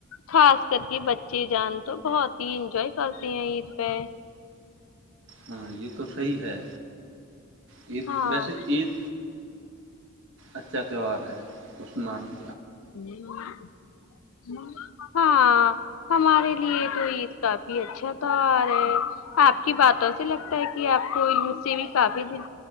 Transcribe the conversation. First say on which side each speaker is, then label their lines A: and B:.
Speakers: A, on the left (about 80°); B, on the right (about 65°).
A: خاص کر کے بچے جان تو بہت ہی انجوائے کرتے ہیں عید پہ
B: ہاں یہ تو صحی ہے عید
A: ہاں
B: ویسے عید اچھا تہوار ہے دسمانی
A: نہیں ہاں ہمارے لیے تو عید کافی اچھا تیوار ہے آپ کی باتوں سے لگتا ہے کہ آپ کو ع سے بھی کافی دل